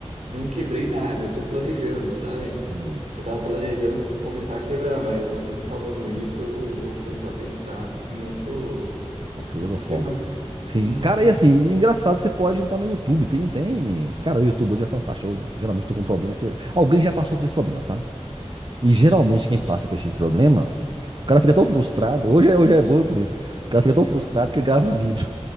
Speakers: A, on the right; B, on the right.
A: não quebrei nada, eu tô planejando, sabe?
B: Sim,
A: Eu tava planejando começar a quebrar, mas você me falando isso, eu vou começar a pensar em outro,
B: de toda
A: em outro
B: forma.
A: tema, né?
B: Sim,
A: Uhum.
B: cara, e assim, engraçado, você pode entrar no YouTube, tem, tem... Cara, o YouTube hoje é fantástico, eu geralmente tô com um problema, você- alguém já passou por esse problema, sabe? E geralmente
A: Com certeza.
B: quem passa por esse tipo de problema, o cara fica tão frustrado. Hoje é, hoje é bom por isso. O cara fica tão frustrado que ele grava um vídeo